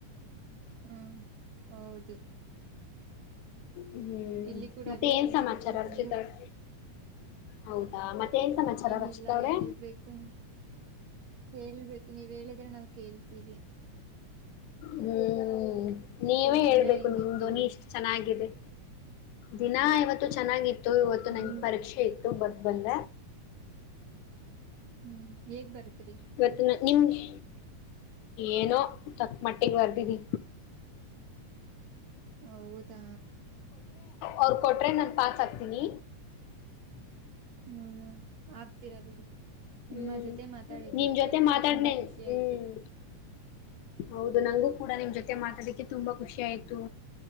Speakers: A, on the right; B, on the left.
A: ಹ್ಮ್ ಹೌದು
B: ಹ್ಮ್
A: ಇಲ್ಲಿ ಕೂಡ
B: ಮತ್ತೆ
A: ಅದೇ
B: ಏನ್
A: ಪರಿಸ್ಥಿತಿ
B: ಸಮಾಚಾರ
A: ನನಗೂ
B: ರಕ್ಷಿತಾ ಅವ್ರೆ ಹೌದಾ ಮತ್ತೆ ಏನ್ ಸಮಾಚಾರ
A: ಏನಿಲ್ಲ
B: ರಕ್ಷಿತ ಅವ್ರೆ.
A: ಹೇಳ್ಬೇಕು ಹೇಳ್ಬೇಕು ನೀವ್ ಹೇಳಿದ್ರೆ ನಾವು ಕೇಳ್ತೀವಿ
B: ಹ್ಮ್ ನೀವೇ
A: ಮತ್ತ ಇವತ್
B: ಹೇಳ್ಬೇಕು
A: ದಿನ ಹೆಂಗಿತ್ತು
B: ನಿಮ ಧ್ವನಿ ಇಷ್ಟು ಚೆನ್ನಾಗಿದೆ ದಿನ ಇವತ್ತು ಚೆನ್ನಾಗಿತ್ತು ಇವತ್ತು
A: ನಿಮ್
B: ನಂಗೆ ಪರೀಕ್ಷೆ ಇತ್ತು ಬಟ್ಬಂದ
A: ಹ್ಮ್ ಹೇಗ್ ಬರುತ್ತ
B: ಇವತ್ತ ನ ನಿಮ್ಗೆ ಏನೋ ತಕ್ಕ ಮಟ್ಟಿಗೆ ಬರ್ದಿದಿ
A: ಹೌದಾ
B: ಅವರು ಕೊಟ್ರೆ ನಾನ್ ಪಾಸ್ ಆಕ್ತೀನಿ
A: ಹ್ಮ್ ಆಗ್ತೀರಾ ಬಿಡಿ ನಿಮ್ಮ
B: ಹ್ಮ್
A: ಜೊತೆ ಮಾತಾಡಿದ್ದಕ್ಕೆ
B: ನಿಮ್ ಜೊತೆ ಮಾತಾಡ್ನೆ
A: ತುಂಬಾ ಖುಷಿ
B: ಹ್ಮ್
A: ಆಯ್ತು
B: ಹೌದು ನಂಗೂ ಕೂಡ ನಿಮ್ ಜೊತೆ ಮಾತಾಡಕ್ಕೆ ತುಂಬಾ ಖುಷಿ ಆಯ್ತು